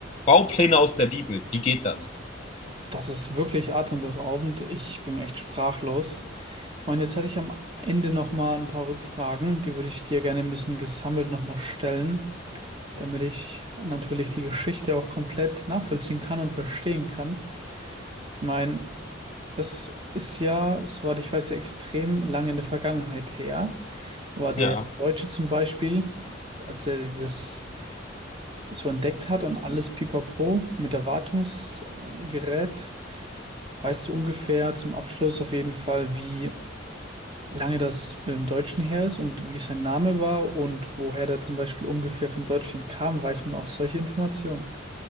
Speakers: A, on the left (about 30°); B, on the right (about 25°).
A: Baupläne aus der Bibel. Wie geht das?
B: Das ist wirklich atemberaubend. Ich bin echt sprachlos. Ich meine, jetzt hätte ich am Ende noch mal ein paar Rückfragen, die würde ich dir gerne ein bisschen gesammelt noch mal stellen, damit ich natürlich die Geschichte auch komplett nachvollziehen kann und verstehen kann. Ich meine, das ist ja, soweit ich weiß, extrem lange in der Vergangenheit her. Aber der
A: Ja.
B: Deutsche zum Beispiel, als er das so entdeckt hat und alles pipapo mit Erwartungsgerät Weißt du ungefähr zum Abschluss auf jeden Fall, wie lange das im Deutschen her ist und wie sein Name war und woher der zum Beispiel ungefähr von Deutschland kam? Weiß man auch solche Informationen?